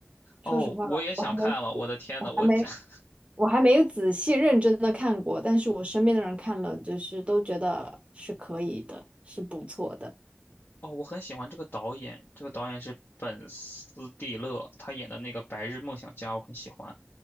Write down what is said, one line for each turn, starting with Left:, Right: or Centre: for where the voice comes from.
Right: 说实话，
Left: 哦，我也想看了，
Right: 我还没，
Left: 我的天呐，
Right: 我还没，
Left: 我这 <laughs>
Right: 我还没有仔细认真的看过，但是我身边的人看了，就是都觉得是可以的，是不错的。
Left: 哦，我很喜欢这个导演，这个导演是本斯蒂勒，他演的那个《白日梦想家》，我很喜欢。